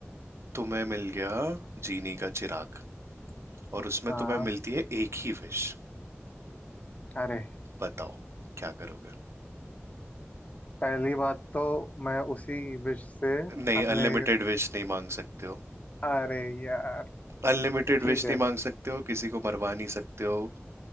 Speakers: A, on the right (about 70°); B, on the left (about 35°).
A: तुम्हें मिल गया जीनी का चिराग और उसमें
B: हाँ
A: तुम्हें मिलती है एक ही विश
B: अरे
A: बताओ क्या करोगे
B: पहली बात तो मैं उसी विश से
A: नहीं
B: अपने
A: अनलिमिटेड विश नहीं मांग सकते हो
B: अरे यार
A: अनलिमिटेड
B: ठीक
A: विश
B: है
A: नहीं मांग सकते हो किसी को मरवा नहीं सकते हो